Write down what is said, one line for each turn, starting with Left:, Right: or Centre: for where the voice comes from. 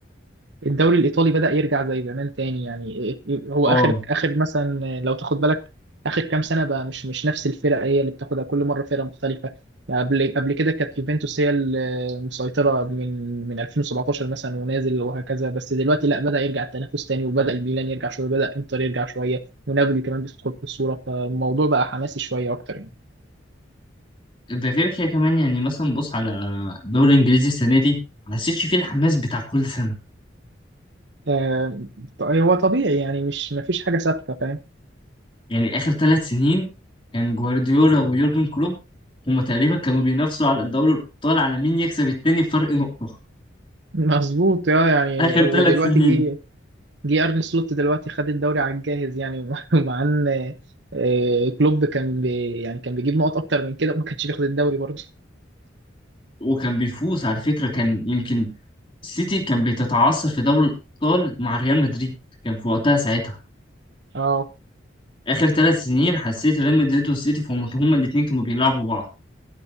Right: الدوري الإيطالي بدأ يرجع زي زمان تاني يعني هو
Left: اه
Right: آخر آخر مثلا لو تاخد بالك آخر كام سنة بقى مش مش نفس الفرق هي اللي بتاخدها كل مرة فرقة مختلفة يعني قبل قبل كده كانت يوفنتوس هي المسيطرة من من 2017 مثلا ونازل وهكذا بس دلوقتي لا بدأ يرجع التنافس تاني وبدأ الميلان يرجع شوية بدأ إنتر يرجع شوية ونابولي كمان بتدخل في الصورة فالموضوع بقى حماسي شوية أكتر يعني
Left: ده غير كده كمان يعني مثلا بص على الدوري الانجليزي السنه دي ما حسيتش فيه الحماس بتاع كل سنه
Right: آه، هو طبيعي يعني مش مفيش حاجة ثابتة فاهم
Left: يعني آخر ثلاث سنين كان جوارديولا ويورجن كلوب هما تقريبا كانوا بينافسوا على الدوري الأبطال على مين يكسب التاني بفرق نقطة
Right: مظبوط اه
Left: <laughs>
Right: يعني
Left: آخر
Right: ودلوقتي
Left: ثلاث سنين
Right: جه جه ارن سلوت دلوقتي خد الدوري على الجاهز يعني <laughs> مع ان آه، كلوب كان بي يعني كان بيجيب نقط اكتر من كده وما كانش بياخد الدوري برضه
Left: وكان بيفوز على فكرة كان يمكن السيتي كان بتتعثر في دوري الأبطال مع ريال مدريد كان في وقتها ساعتها
Right: اه
Left: آخر ثلاث سنين حسيت ريال مدريد والسيتي فهم هما الاتنين كانوا بيلعبوا بعض